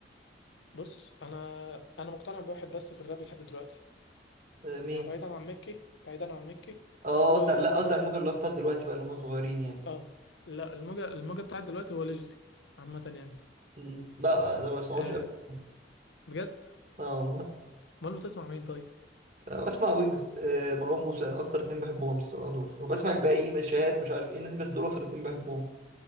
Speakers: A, on the left (about 85°); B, on the right (about 45°).
A: بص انا انا مقتنع بواحد بس في الراب لحد دلوقتي
B: اه، مين
A: يعني بعيدا عن ميكي بعيدا عن ميكي فهو
B: اه قصدي على- لا قصدي
A: اه,
B: على الموجة اللي هو بتاعت دلوقتي بقى اللي هم صغيرين يعني
A: آه لا الموجة الموجة بتاعت دلوقتي هو ليجسي عامة يعني
B: مم، لا ده ما بسمعوش
A: آه
B: قوي
A: بجد
B: اه والله
A: امال بتسمع مين طيب
B: اه، بسمع ويجز اه، مروان موسى اكتر اتنين بحبهم الصراحة دول وبسمع الباقي مش شهاب مش عارف ايه الناس دي بس دول اكتر اتنين بحبهم